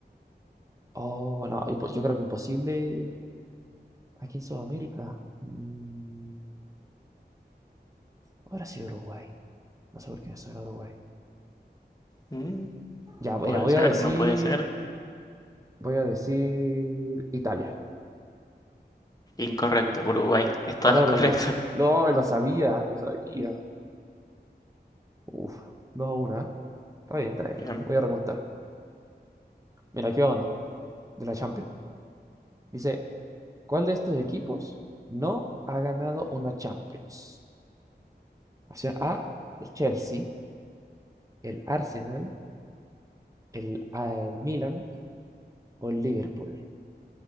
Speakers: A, on the right; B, on the left.
A: oh, no, impo- yo creo que imposible aquí en Sudamérica. Mm, ahora sí Uruguay. No sé por qué me suena Uruguay.
B: Mm,
A: Ya, mira,
B: puede
A: voy
B: ser,
A: a decir,
B: no puede ser.
A: voy a decir Italia.
B: Incorrecto, Uruguay. Estabas
A: Era Uruguay.
B: correcto.
A: No, lo sabía, lo sabía. Uf, dos a 1, ¿eh? Está bien, está bien.
B: <laughs> Bien.
A: Voy a remontar. Mira, aquí va uno, de la Champions. Dice, ¿Cuál de estos equipos no ha ganado una Champions? Opción A, el Chelsea, el Arsenal, el, ah, el Milan o el Liverpool.